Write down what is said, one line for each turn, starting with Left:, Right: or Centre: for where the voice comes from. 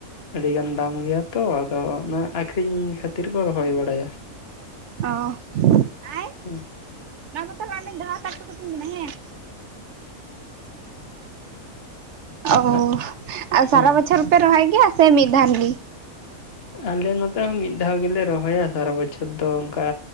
Left: ᱟᱹᱰᱤ ᱜᱟᱱ ᱫᱟᱢ ᱜᱮᱭᱟ ᱛᱚ ᱟᱫᱚ ᱚᱱᱟ ᱟᱠᱷᱨᱤᱧ ᱠᱷᱟᱹᱛᱤᱨ ᱠᱚ ᱨᱚᱦᱚᱭ ᱵᱟᱲᱟᱭᱟ᱾
Right: ᱚ᱾ ᱟᱭ
Left: ᱦᱮᱸ᱾
Right: ᱚᱱᱟ ᱛᱟᱞᱦᱮ ᱚᱰᱤᱧ ᱫᱚᱦᱚᱭ <inaudible> ᱠᱟᱛᱤᱧ ᱠᱟᱱᱟ ᱦᱮᱸ᱾ ᱚ
Left: ᱟᱨ
Right: ᱟᱨ
Left: ᱦᱮᱸ
Right: ᱥᱟᱨᱟ ᱵᱚᱪᱷᱚᱨ ᱯᱮ ᱨᱚᱦᱚᱭ ᱜᱮᱭᱟ ᱥᱮ ᱢᱤᱫ ᱫᱷᱟᱱ ᱜᱤ?
Left: ᱟᱞᱮ ᱱᱚᱛᱮ ᱦᱚᱸ ᱢᱤᱫ ᱫᱷᱟᱣ ᱜᱮᱞᱮ ᱨᱚᱦᱚᱭᱟ ᱥᱟᱨᱟ ᱵᱚᱪᱷᱚᱨ ᱫᱚ ᱚᱱᱠᱟ